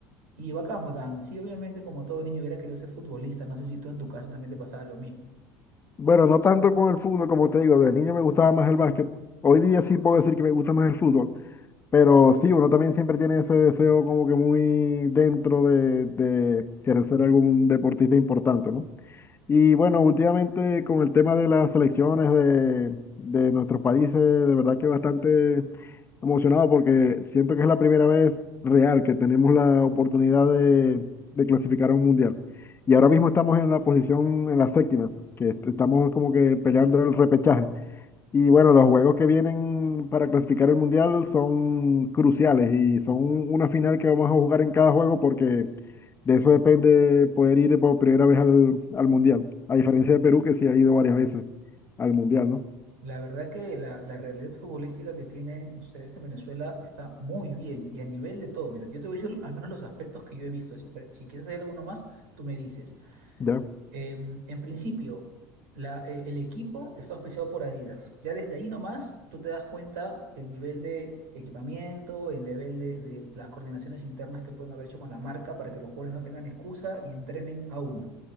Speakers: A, on the right (about 80°); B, on the left (about 30°).
A: y bacán, bacán. Sí, obviamente, como todo niño hubiera querido ser futbolista, no sé si tú en tu caso también te pasaba lo mismo.
B: Bueno, no tanto con el fútbol, como te digo, de niño me gustaba más el básquet. Hoy día sí puedo decir que me gusta más el fútbol, pero sí, uno también siempre tiene ese deseo como que muy dentro de, de querer ser algún deportista importante, ¿no? Y bueno, últimamente con el tema de las selecciones de, de nuestros países, de verdad que bastante emocionado porque siento que es la primera vez real que tenemos la oportunidad de, de clasificar a un mundial. Y ahora mismo estamos en la posición, en la séptima, que est- estamos como que peleando el repechaje. Y bueno, los juegos que vienen para clasificar el mundial son cruciales y son una final que vamos a jugar en cada juego porque de eso depende poder ir por primera vez al, al mundial. A diferencia de Perú, que sí ha ido varias veces al mundial, ¿no?
A: La verdad que la, la realidad futbolística que tienen ustedes en Venezuela está muy bien y a nivel de todo. Mira, yo te voy a decir al menos los aspectos que yo he visto. Si, pre- si quieres hacer alguno más, tú me dices.
B: Ya,
A: Em, en principio, la- eh, el equipo está auspiciado por Adidas. Ya desde ahí nomás tú te das cuenta el nivel de equipamiento, el nivel de, de las coordinaciones internas que pueden haber hecho con la marca para que los jugadores no tengan excusa y entrenen a uno.